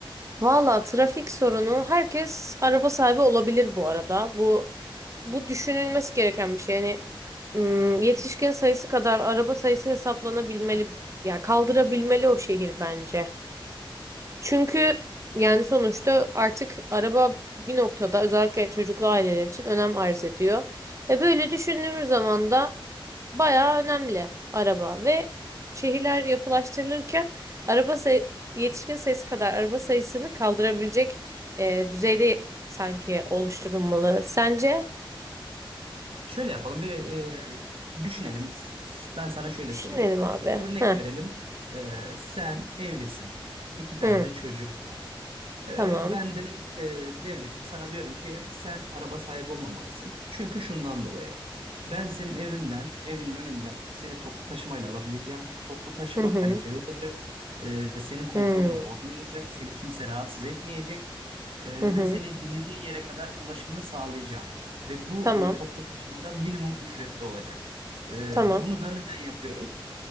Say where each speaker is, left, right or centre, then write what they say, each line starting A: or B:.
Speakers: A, on the right; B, on the right.
A: Valla trafik sorunu herkes araba sahibi olabilir bu arada. Bu bu düşünülmesi gereken bir şey. Yani ım, yetişkin sayısı kadar araba sayısı hesaplanabilmeli. Ya kaldırabilmeli o şehir bence. Çünkü yani sonuçta artık araba bir noktada özellikle çocuklu aileler için önem arz ediyor. Ve böyle düşündüğümüz zaman da bayağı önemli araba ve şehirler yapılaştırılırken araba say- yetişkin sayısı kadar araba sayısını kaldırabilecek e, düzeyde sanki oluşturulmalı. Sence?
B: Şöyle yapalım bir e, düşünelim. Ben sana şöyle
A: Düşünelim
B: sorayım.
A: abi.
B: Örnek
A: Heh.
B: verelim. E, sen evlisin. İki tane
A: Hı.
B: de çocuğun Ee,
A: Tamam.
B: ben de e, devletim sana diyorum ki sen araba sahibi olmamalısın. Çünkü şundan dolayı. Ben senin evinden, evinin önünden seni toplu taşımayla alabileceğim. Bu toplu taşıma
A: Hı hı.
B: kaliteli olacak. Ee, senin konforunu
A: Hı.
B: bozmayacak. Seni kimse rahatsız etmeyecek. Ee,
A: Hı hı.
B: ve seni dilediğin yere kadar ulaşımını sağlayacağım. Ve bu
A: Tamam.
B: e, toplu taşımada minimum ücrette olacak. Ee,
A: Tamam.
B: bunu da neden yapıyoruz?